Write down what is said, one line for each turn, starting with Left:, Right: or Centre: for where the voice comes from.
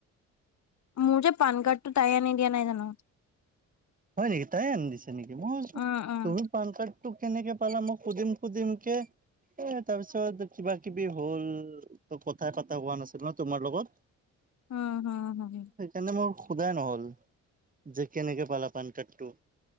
Left: মোৰ যে পান কাৰ্ডটো তাই আনি দিয়া নাই জানো
Right: হয় নেকি তাই আনি দিছে নেকি মই ভাবিছোঁ
Left: অ অ
Right: তোৰ পান কাৰ্ড টো কেনেকে পালা মই সুধিম সুধিম কে এ তাৰ পিছত কিবা কিবি হ'ল ত কথা পতা হোৱা নাছিল ন তোমাৰ লগত
Left: উম হু হু
Right: এনে মোৰ সোধাই নহল যে কেনেকে পালা পান কাৰ্ডটো